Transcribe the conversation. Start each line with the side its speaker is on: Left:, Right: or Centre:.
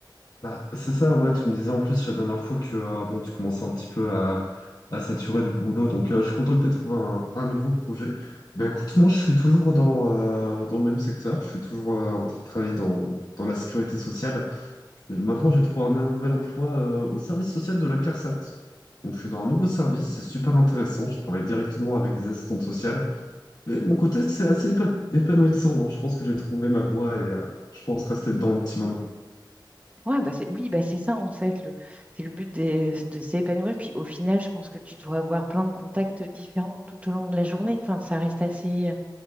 Left: Bah, c'est ça, ouais, tu me disais en plus la dernière fois que euh, bon, tu commençais un petit peu à, à saturer du boulot, donc euh, je suis content que tu aies trouvé un, un nouveau projet. Bah écoute, moi je suis toujours dans, euh, dans le même secteur, je suis toujours euh, en train de travailler dans, dans la sécurité sociale. Maintenant j'ai trouvé un nouvel emploi euh, au service social de la CARSAT. Donc je suis dans un nouveau service, c'est super intéressant, je travaille directement avec des assistantes sociales. Mais de mon côté, c'est assez épa- épanouissant. hein. Je pense que j'ai trouvé ma voie et euh, je pense rester dedans un petit moment.
Right: Ouais, bah c'est, oui, bah c'est ça en fait, le, c'est le but des- de s'épanouir. Puis au final, je pense que tu dois avoir plein de contacts différents tout au long de la journée. Enfin, ça reste assez.